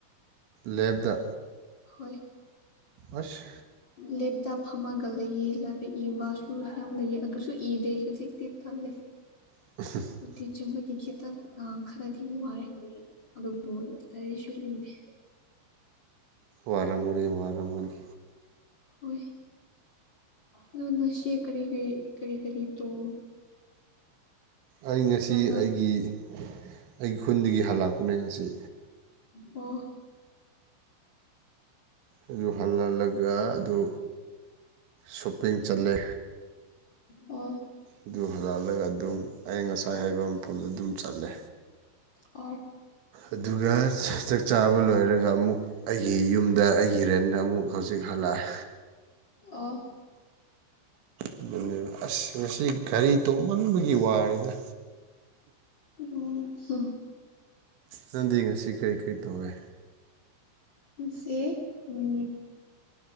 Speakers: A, on the right; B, on the left.
A: ꯂꯦꯞꯇ
B: ꯍꯣꯏ
A: ꯑꯁ
B: ꯂꯦꯞꯇ ꯐꯝꯃꯒ ꯂꯩꯌꯦ ꯂꯔꯤꯛ ꯏꯕꯁ ꯨ ꯌꯥꯝ ꯂꯩꯌꯦ ꯑꯗꯨꯁꯨ ꯏꯗꯦ ꯍꯧꯖꯤꯛꯇꯤ ꯇꯜꯂꯦ
A: <unintelligible>
B: ꯎꯇꯤ ꯆꯥꯕꯒꯤ ꯈꯤꯇꯪ ꯈꯔꯗꯤ ꯋꯥꯏ ꯑꯗꯨꯕꯨ ꯀꯔꯤꯁꯨ ꯏꯗꯦ
A: ꯋꯥꯔꯝꯒꯅꯤ ꯋꯥꯔꯝꯒꯅꯤ
B: ꯍꯣꯏ ꯅ ꯅꯁꯤ ꯀꯔꯤ ꯀꯔꯤ ꯀꯔꯤ ꯀꯔꯤ ꯇꯨ
A: ꯑꯩ ꯉꯁꯤ
B: ꯅꯪ
A: ꯑꯩꯒꯤ ꯑꯩ ꯈꯨꯟꯗꯒꯤ ꯍꯥꯜꯂꯛꯄꯅꯦ ꯉꯁꯤ
B: ꯑꯣ
A: ꯑꯗꯨ ꯍꯜꯂꯜꯂꯒ ꯑꯗꯨ ꯁꯣꯞꯄꯤꯡ ꯆꯠꯂꯦ
B: ꯑꯣ
A: ꯑꯗꯨ ꯍꯜꯂꯛꯂꯒ ꯑꯗꯨꯝ ꯑꯩ ꯉꯁꯥꯏ ꯍꯥꯏꯕꯝ ꯃꯐꯝꯗ ꯑꯗꯨꯝ ꯆꯠꯂꯦ
B: ꯑꯣ
A: ꯑꯗꯨꯒ ꯆꯥꯕ ꯂꯣꯏꯔꯒ ꯑꯃꯨꯛ ꯑꯩꯒꯤ ꯌꯨꯝꯗ ꯑꯩꯒꯤ ꯔꯦꯟꯗ ꯑꯃꯨꯛ ꯍꯧꯖꯤꯛ ꯍꯜꯂꯛꯑꯦ
B: ꯑꯣ
A: ꯑꯗꯨꯅꯦꯕ ꯑꯁ ꯉꯁꯤ ꯒꯥꯔꯤ ꯇꯣꯡꯃꯟꯕꯒꯤ ꯋꯥꯔꯦꯗ
B: ꯎꯝ <unintelligible>
A: ꯅꯪꯗꯤ ꯉꯁꯤ ꯀꯔꯤ ꯀꯔꯤ ꯇꯧꯔꯦ
B: ꯉꯁꯤ ꯎꯝ